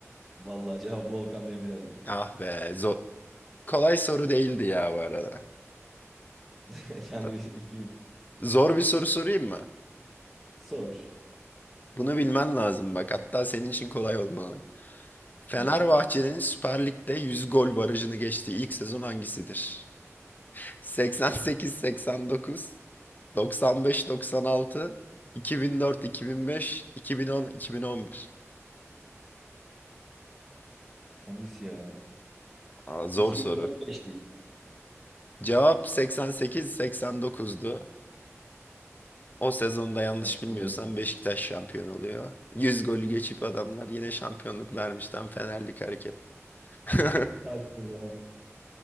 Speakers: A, in the centre; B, on the left (about 35°).
A: Vallahi cevap Volkan Demirel'di.
B: Ah be zor. Kolay soru değildi ya bu arada.
A: <laughs> Kendi
B: Ta-
A: ikimiz.
B: Zor bir soru sorayım mı?
A: Sor.
B: Bunu bilmen lazım bak hatta senin için kolay olmalı. Fenerbahçe'nin
A: Hadi bakalım.
B: Süper Lig'de 100 gol barajını geçtiği ilk sezon hangisidir? 88-89, 95-96, 2004-2005, 2010-2011.
A: Hangisi ya?
B: Aa, zor
A: iki bin
B: soru.
A: dört beş değil.
B: Cevap 88-89'du. O sezonda yanlış
A: Allah
B: bilmiyorsam
A: Allah.
B: Beşiktaş şampiyon oluyor. 100 golü geçip adamlar yine şampiyonluk vermişten Fenerlik hareket. <laughs>
A: Harbiden ha.